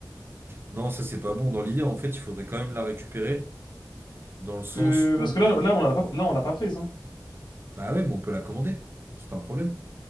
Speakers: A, on the right; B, on the left.
A: Non, ça, c'est pas bon. Dans l'idée, en fait, il faudrait quand même la récupérer dans le sens
B: Que-
A: où,
B: Parce que là, là, on l'a pas, là, on l'a pas prise, hein.
A: bah ouais, mais on peut la commander. C'est pas un problème.